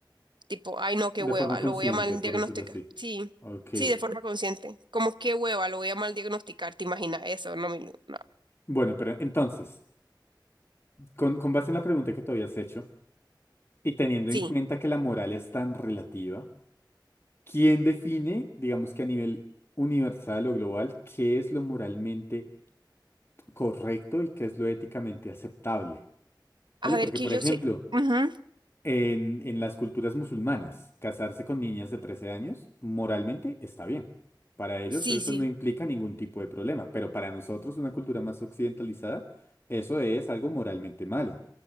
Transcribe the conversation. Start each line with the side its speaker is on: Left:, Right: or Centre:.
Right: tipo, ay no, qué hueva,
Left: de forma consciente,
Right: lo voy a mal
Left: por
Right: diagnosticar.
Left: decirlo así.
Right: Sí,
Left: Ok.
Right: sí, de forma consciente. Como qué hueva, lo voy a mal diagnosticar, ¿te imaginas eso? No, mi Lu, no.
Left: Bueno, pero entonces, con, con base en la pregunta que te habías hecho y teniendo
Right: Sí.
Left: en cuenta que la moral es tan relativa, ¿quién define, digamos que a nivel universal o global, qué es lo moralmente correcto y qué es lo éticamente aceptable?
Right: A
Left: ¿Vale?
Right: ver
Left: Porque,
Right: que
Left: por
Right: yo
Left: ejemplo,
Right: sí. Ujú,
Left: En, en las culturas musulmanas, casarse con niñas de 13 años moralmente está bien. Para ellos
Right: Sí,
Left: eso
Right: sí.
Left: no implica ningún tipo de problema, pero para nosotros, una cultura más occidentalizada, eso es algo moralmente malo.